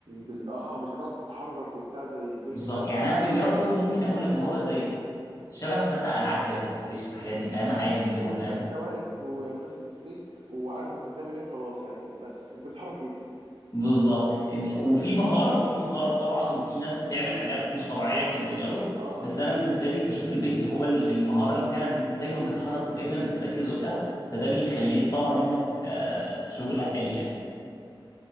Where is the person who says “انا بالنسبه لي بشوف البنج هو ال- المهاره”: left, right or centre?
Left